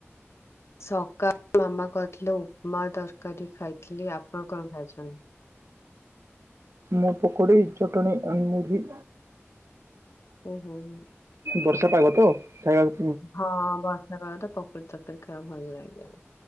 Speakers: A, on the left; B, on the right.
A: ସକାଳେ ମାମା କରିଥିଲେ ଉପମା ତରକାରୀ ଖାଇଥିଲି ଆପଣ କଣ ଖାଇଛନ୍ତି?
B: ମୁ ପକୋଡ଼ି ଚଟଣି ଆଉ ମୁଢି।
A: ଓ ହୋ ହୋ।
B: ବର୍ଷା ପାଗ ତ ଖାଇବା
A: ହଁ ବର୍ଷା ପାଗ ତ ପକୋଡି ତରକାରୀ ଖାଇବା ଭଲ ଲାଗିବ।